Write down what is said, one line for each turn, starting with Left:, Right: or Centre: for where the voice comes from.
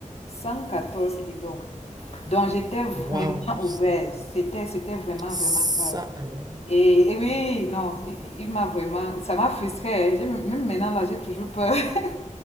Left: 114 kilos. Donc j'étais vraiment
Right: waouh, ça,
Left: obèse. C'était, c'était vraiment,
Right: ça
Left: vraiment grave.
Right: alors.
Left: Et, et oui, non, il, il m'a vraiment, ça m'a frustrée. hein. J'ai- Même maintenant, là, j'ai toujours peur. <laughs>